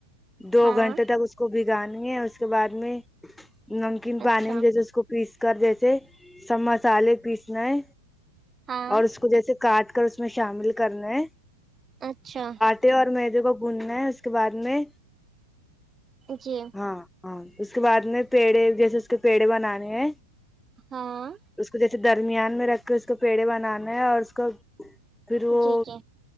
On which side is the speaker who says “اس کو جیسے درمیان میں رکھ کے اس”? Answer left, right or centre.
Centre